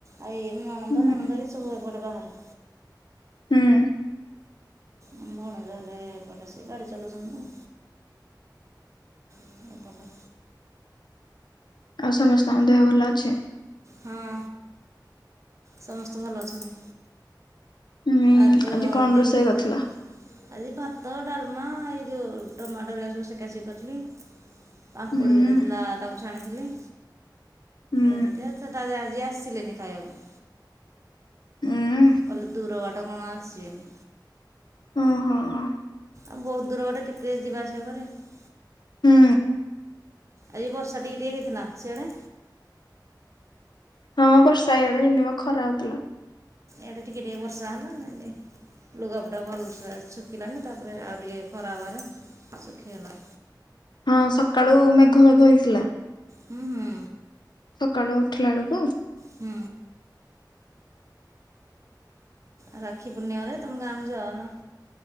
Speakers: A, on the right (about 40°); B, on the left (about 70°).
A: ଆଏଇ ନଣନ୍ଦ
B: ହୁଁ
A: ନଣଦବି ସବୁ ଏପଟେ ବାହାରେ
B: ହୁଁ।
A: ଆମ ଭଣଜା ହେଲେ ଏପଟେ ସେ ଗାଡି ଚଲଉଛନ୍ତିୁନ। ହୁଁ ଏପଟେ।
B: ଆଉ ସମସ୍ତଙ୍କ ଦେହ ଭଲ ଅଛି?
A: ହଁ। ସମସ୍ତେ ଭଲ ଅଛନି।
B: ହୁଁ
A: ଆ ତ
B: ଆଜି କଣ
A: ଦି
B: ରୋଷେଇ
A: ବସ
B: କରିଥିଲ
A: ଆଜି ଭାତ ଡାଲ୍ମା ଏଇ ଯେଉ ଟମାଟୋ ହେରିକା ସବୁ ସେକା ସେକି କର୍ଥିଲି ପାମ୍ପଡ
B: ହୁଁ
A: ଯୋଟେ ଥିଲା ତାକୁ ଛାଣିଥିଲି।
B: ହୁଁ
A: ଏମିତି ଆଉ ସେଟାରେ ଆଜି ଆସିଲେନି ଖାଇବାକୁ।
B: ହୁଁ
A: କହିଲେ ଦୂର ବାଟ କଣ ଆସିବେନି।
B: ଓ ହଁ ହ।
A: ଆଉ ବହୁତ୍ ଦୂର ବାଟ କେତେ ଯିବା ଆସିବା କରିବେ।
B: ହୁଁ
A: ଆଜି ବର୍ଷା ଟିକେ ଟିକେ ହେଇଥିଲା ସିଆଡେ।
B: ହଁ ବର୍ଷା ଇଆଡେ ହେଇନି ମ ଖରା ହଉଥିଲା।
A: ଏଇଡେ ଟିକେ ଟିକେ ବର୍ଷା ହେଲା ଏମିତି। ଲୁଗାପୁଟା ଭଲ୍ ସେ ଶୁଖିଲାନି ତାପରେ ଆଉ ଟିକେ ଖରା ହେବାରେ ଶୁଖିଗଲା।
B: ହଁ ସକାଳୁ ମେଘ ଫେଘ ହେଇଥିଲା
A: ହୁଁ ହୁଁ।
B: ସକାଳୁ ଉଠିଲା ବେଳକୁ
A: ହୁଁ। ଆଉ ରାକ୍ଷୀ ପୂର୍ଣ୍ଣିମାରେ ତମ ଗାଁକୁ ଯାଉନ?